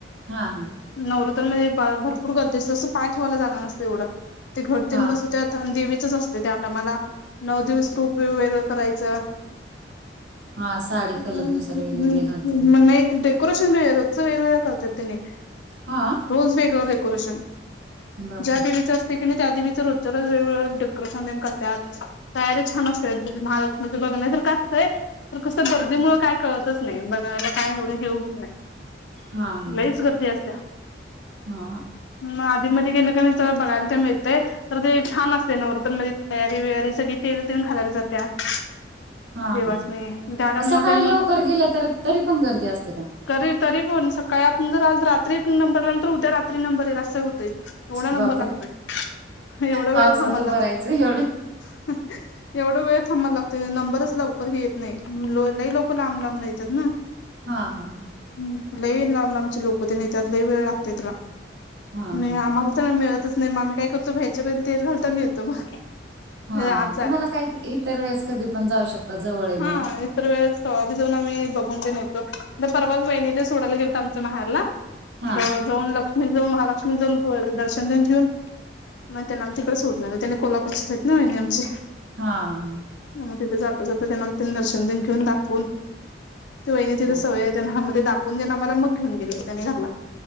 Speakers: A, on the right; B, on the left.
A: हा हा
B: नवरात्र मध्ये भर भरूपुर गर्दी असत्या असं पाय ठेवायला जागा नसत्या एवढं, ते घट
A: हा
B: तेन बसवत्यात. अन देवीचच असतय त्या टायमाला, नऊ दिवस रूप वेगवेगळ करायचं,
A: हा साडी
B: <unintelligible>
A: कलरनुसार वेगवेगळे घालतात
B: क्रोशन भैया रोजचं वेगवेगळं करत्यात तनी
A: हां
B: रोज वेगळं डेकोरेशन,
A: बापरे
B: ज्या देवीचं अस तय क नै, त्या देवीचं रोजच्या रोज वेगवेगळं डेकोरेशन तन करत्यात, तयारी छान अस्तात. महालक्ष्मीचं बघण्या सारखं आसतय तर कसं गर्दीमुळं काय कळतच नाही, बघायला काय एवढं हे होत नाही.
A: हा हा
B: लईच गर्दी असत्या.
A: हा
B: मग आधी मध्ये गेल क नाही, सगळं बघायला ते मिळतय. तर ते छान असतय नवरतनमध्ये तयारी वियारी, सगळी तेल तेन घालायला जात्यात.
A: हा
B: देवासनी
A: हा,
B: त्यामुळे
A: मग सकाळी लवकर गेलं तर तरी पण गर्दी असते का?
B: तरी तरी पण सकाळी आपण जर आज रात्री नंबर लावलं तर उद्या रात्री नंबर येईल, असं होतय. एवढा नंबर
A: बापरे
B: लागतोय, एवढा वेळ
A: पावसात
B: थांबायला
A: उभं
B: लाग
A: राहायचं एवढं
B: एवढं वेळ थांबाला लागते, नंबरच लवकर हे येत नाही, लई लोकं लांब लांब नं येतात ना.
A: हा हा हा.
B: हम्म, लय लांब लांब चे लोकं तेन येत्यात, लय वेळ लागतोय तला,
A: हा हा
B: आणि आम्हाला शन मिळतच नाही, आम्ही काय करतो मग, बाहेरच्या बाहेर तेल घालतो आणि येतो मग.
A: हा,
B: आत
A: तुम्हाला काय, इतर वेळेस कधी पण जाऊ शकता जवळ आहे म्हणून
B: हं. इतर वेळेस कवा बी जाऊन आम्ही बघून तेन येतो, आता परवाच वहिणीला सोडायला गेलतो आमच्या माह्यारला
A: हा
B: तवा जाऊन लक्ष्मी जाऊन, महालक्ष्मी जाऊन दर्शन तेन घेऊन मग तनाला तिकडं सुडुन आलं, त्यांनी कोल्हापूरचीच आहेत ना वहिणी आमची.
A: हां.
B: म मग तिथं जाता जाता त्यांना तिथे दर्शन तेन घेऊन दाखवून, ते वहिणी तिथं
A: हा
B: सवययत त्या मध्ये दाखवून तेण आम्हाला मग घेऊन गेलीत त्यानी घरला.